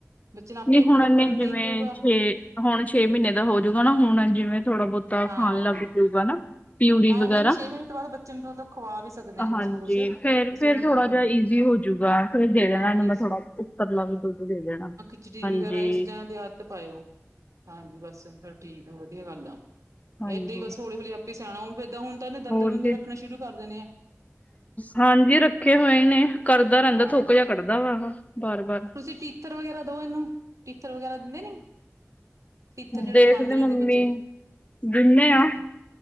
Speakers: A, on the right; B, on the left.
A: ਬੱਚੇ ਨੂੰ ਆਪੇ
B: ਜੀ
A: ਇੱਕ
B: ਹੁਣ
A: ਦੋ
B: ਇਨੇ
A: ਵਾਰੀ ਨਹੀਂ
B: ਜਿਵੇਂ
A: ਪਊਗਾ
B: ਛੇ ਹੁਣ ਛੇ ਮਹੀਨੇ ਦਾ ਹੋਜੂਗਾ ਨਾ ਹੁਣ ਜਿਵੇਂ ਥੋੜਾ ਬਹੁਤਾ
A: ਹਾਂ
B: ਖਾਣ ਲੱਗ ਜਊਗਾ ਨਾ। ਪਿਊਰੀ
A: ਹਾਂ
B: ਵਗੈਰਾ,
A: ਨਹੀਂ ਨਹੀਂ ਛੇ ਮਹੀਨੇ ਤੋਂ ਬਾਅਦ ਬੱਚੇ ਨੂੰ ਦੁੱਧ ਖਵਾ ਵੀ ਸਕਦੇ ਆ ਕੁਛ
B: ਹਾਂਜੀ
A: ਨਾ ਕੁਛ ਤੁਸੀਂ
B: ਫੇਰ ਫੇਰ
A: ਉਹਨਾਂ ਨੂੰ
B: ਥੋੜਾ
A: ਖਵਾ
B: ਜੇਆ ਈਜ਼ੀ ਹੋ ਜੂਗਾ, ਫਿਰ ਦੇ ਦੇਣਾ
A: ਹਾਂ
B: ਏਹਨੂੰ
A: ਨਹੀਂ
B: ਮੈਂ ਥੋੜਾ, ਉੱਪਰਲਾ ਵੀ ਦੁੱਧ ਦੇ ਦੇਣਾ।
A: ਚਿਚੜੀ
B: ਹਾਂਜੀ
A: ਵਗੈਰਾ ਏਹ ਚੀਜ਼ਾਂ ਦੀ ਆਦਤ ਪਾਏਓ, ਹਾਂਜੀ ਬਸ ਫਿਰ ਠੀਕ ਆ, ਵਧੀਆ ਗੱਲ ਆ।
B: ਹਾਂਜੀ
A: ਏਈਦਾਂ ਹੀ ਬਸ ਹੌਲੀ-ਹੌਲੀ ਆਪੇ ਈ ਸਆਣਾ ਹੋਓ, ਫੇਰ ਦਾ ਹੁਣ ਤਾਂ ਏਹਨੇ ਦੰਦ
B: ਹੋਰ
A: ਦੁੰਦ
B: ਜੀ
A: ਰੱਖਣੇ ਸ਼ੁਰੂ ਕਰ ਦੇਣੇ ਐ।
B: ਹਾਂਜੀ ਰੱਖੇ ਹੋਏ ਨੇ, ਕਰਦਾ ਰੇਹੰਦਾ
A: ਹਾਂ
B: ਥੂਕ ਜੇਹਾ ਕੱਢਦਾ ਵਾ। ਬਾਰ ਬਾਰ
A: ਤੁਸੀਂ ਟੀਥਰ ਵਗੈਰਾ ਦੋ ਏਹਨੂੰ, ਟੀਥਰ ਵਗੈਰਾ ਦਿੰਦੇ ਨੀ? ਟੀਥਰ ਜੇਹੜੇ
B: ਦੇਖਦੇ
A: ਚਬਾਂਦੇ ਰੇਹੰਦੇ
B: ਮੰਮੀ
A: ਆ ਬੱਚੇ,
B: ਦਿੰਨੇ
A: ਹਾਂ।
B: ਆ